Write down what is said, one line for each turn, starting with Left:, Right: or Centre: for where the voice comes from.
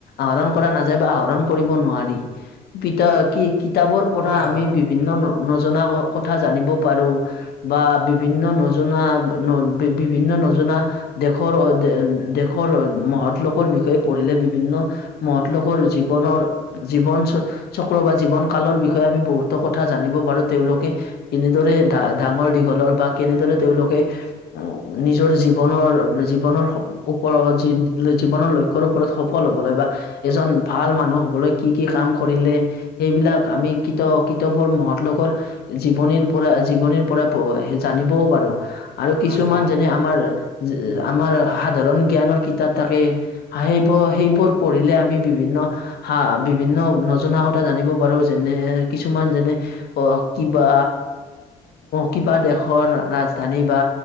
Left: আহৰণ কৰা নাযায় বা আহৰণ কৰিব নোৱাৰি। <unintelligible> কিতাপৰ পৰা
Right: হয়
Left: আমি
Right: হয়
Left: বিভিন্ন ন, নজনা কথা জানিব পাৰোঁ। বা বিভিন্ন নজনা, বিভিন্ন নজনা দেশৰ, দেশৰ মহৎ লোকৰ বিষয়ে পঢ়িলে বিভিন্ন মহৎলোকৰ জীৱনৰ জীৱন চক্ৰ বা জীৱন কালৰ বিষয়ে আমি বহুতো কথা জানিব পাৰো, তেওঁলোকে কেনেদৰে ডা ডাঙৰ-দীঘলৰ বা কেনেদৰে তেওঁলোকে নিজৰ জীৱ জীৱনৰ, জীৱনৰ ওপৰত, জীৱনৰ লক্ষ্যৰ ওপৰত সফল হ'বলৈ বা এজন ভাল মানুহ হ'বলৈ কি কি কাম কৰিলে সেইবিলাক আমি কিতাপ-কিতাপৰ মহৎ লোকৰ জীৱনীৰ পৰা জীৱনীৰ পৰা পঢ়ো, জানিবও পাৰো। আৰু কিছুমান
Right: হয় হয়
Left: যেনে আমাৰ, আমাৰ সাধাৰণ জ্ঞানৰ কিতাপ থাকে সেইবোৰ, সেইবোৰ পঢ়িলে আমি বিভিন্ন হা, বিভিন্ন নজনা কথা জানিব পাৰো, যেনে কিছুমান যেনে অ', কিবা, কিবা দেশৰ ৰাজ ৰাজধানী বা